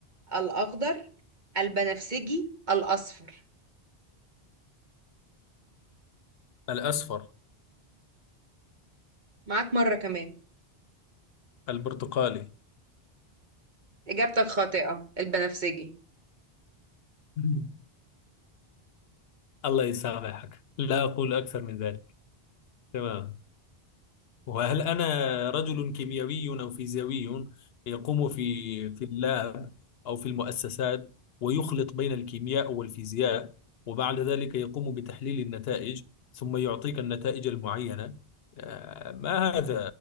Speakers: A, on the right; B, on the left.
A: الأخضر، البنفسجي، الأصفر
B: الأصفر
A: معاك مرة كمان
B: البرتقالي
A: إجابتك خاطئة البنفسجي
B: <laughs> الله يسامحك لا أقول أكثر من ذلك تمام وهل أنا رجل كيميائي أو فيزيائي يقوم في في اللاب أو في المؤسسات ويخلط بين الكيمياء والفيزياء وبعد ذلك يقوم بتحليل النتائج ثم يعطيك النتائج المعينة آه، ما هذا